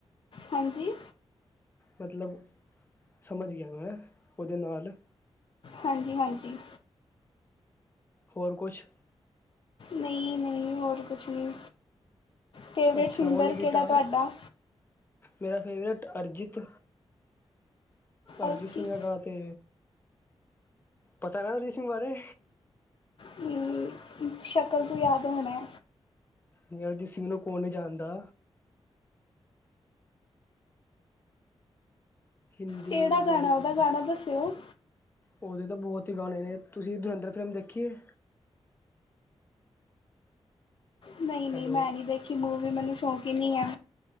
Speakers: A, on the left; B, on the left.
A: ਹਾਂਜੀ।
B: ਮਤਲਬ ਸਮਝ ਗਿਆ ਮੈਂ ਓਦੇ ਨਾਲ।
A: ਹਾਂਜੀ- ਹਾਂਜੀ।
B: ਹੋਰ ਕੁਛ।
A: ਨਈ- ਨਈ ਹੋਰ ਕੁਛ ਨੀ ਫੇਵਰੇਟ
B: ਅੱਛਾ
A: ਸਿੰਗਰ
B: ਓਨਲੀ ਗਿਟਾਰ
A: ਕੇੜਾ ਤੁਆਡਾ।
B: ਮੇਰਾ ਫੇਵਰੇਟ ਅਰਜਿਤ। ਅਰਜੀ
A: ਅਰਜੀਤ
B: ਸਿੰਘ ਹੈਗਾ ਤੇ ਪਤਾ ਐ ਅਰਜੀ ਸਿੰਘ ਬਾਰੇ।
A: ਹੂੰ ਸ਼ਕਲ ਤੋ ਯਾਦ ਹੋਣੈ।
B: ਨੀ ਅਰਜੀ ਸਿੰਘ ਨੂੰ ਕੌਣ ਨੀ ਜਾਣਦਾ। ਹਿੰਦੀ
A: ਕਿਹੜਾ ਗਾਣਾ
B: ਬੋਲੀਵੁੱਡ
A: ਉਹਦਾ ਗਾਣਾ
B: ਦਾ।
A: ਦੱਸਿਓ?
B: ਔਦੇ ਤੋਂ ਬੋਤ ਈ ਗਾਣੇ ਨੇ ਤੁਸੀਂ ਦਵਿੰਦਰ ਫਿਲਮ ਦੇਖੀ ਏ।
A: ਨਈ-ਨਈ
B: ਹੈਲੋ
A: ਮੈਂ ਨੀ ਦੇਖੀ ਮੂਵੀ ਮੈਨੂੰ ਸ਼ੌਕ ਈ ਨੀ ਐ।